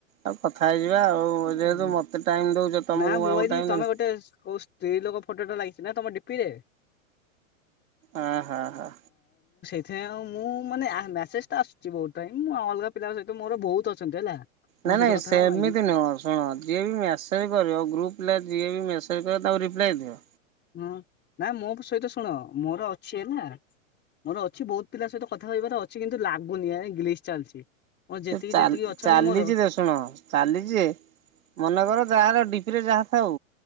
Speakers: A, on the right; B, on the left.
A: ଆଉ କଥା ହେଇଯିବା ଆଉ
B: ହୁଁ
A: ଯେହେତୁ ମତେ ଟାଇମ ଦଉଛ ତମକୁ
B: ନା ମୁଁ
A: ଆଉ
B: ଭାବିଲି
A: ଟାଇମ୍ ଦେନି।
B: ତମେ ଗୋଟେ କୋଉ ସ୍ତ୍ରୀ ଲୋକ ଫଟୋଟା ଲାଗିଛି ନା ତମ ଡିପିରେ
A: ଅ ହ ହ ହ।
B: ଏ ଆଉ ମୁଁ ମାନେ ଆ ମେସେଜ ତ ଆସୁଛି ବହୁତ ଟାଇମ୍ ମୁଁ ଅଲଗା ପିଲାଙ୍କ ସହିତ ମୋର ବହୁତ ଅଛନ୍ତି ହେଲା। ମୋ
A: ନାଇଁ
B: ସହିତ
A: ନାଇଁ
B: କଥା
A: ସେମିତି
B: ହବା ପାଇଁ
A: ନୁହଁ ଶୁଣ ଯିଏ ବି ମ୍ୟାସେଜ କରିବ ଗ୍ରୁପଲେ ଯିଏ ବି ମେସେଜ୍ କରିବ ତାକୁ ରିପ୍ଲାଏ ଦିଅ।
B: ହୁଁ ନା ମୋ ପୁ ସହିତ ଶୁଣ ମୋର ଅଛି ହେଲା। ମୋର ଅଛି ବହୁତ ପିଲା ସହିତ କଥା କହିବାର ଅଛି କିନ୍ତୁ ଲାଗୁନି ଆ ଗ୍ଲିଚ୍ ଚାଲିଛି। ମୋର ଯେତିକି
A: ସେ ଚାଲ୍
B: ଯେତିକି ଅଛନ୍ତି
A: ଚାଲିଛି
B: ମୋର
A: ତ ଶୁଣ ଚାଲିଛି ଯେ ମନେକର ଯାହାର ଡିପିରେ ଯାହା ଥାଉ